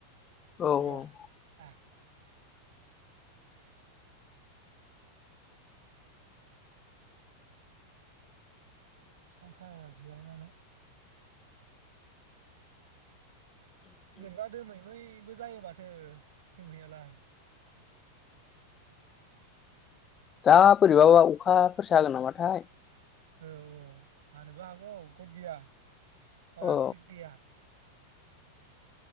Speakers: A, on the left; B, on the right.
A: औ
B: र
A: औ
B: आ बिफां सायायाव जिरायनानै। बोरैबा दोमै मै जायो माथो जोमैयालाय
A: दा बोरैबाबा अखाफोरसो जागोन नामाथाय
B: औ औ हानोबो हागौ गथ गैया बारा
A: औ
B: थिग गैया।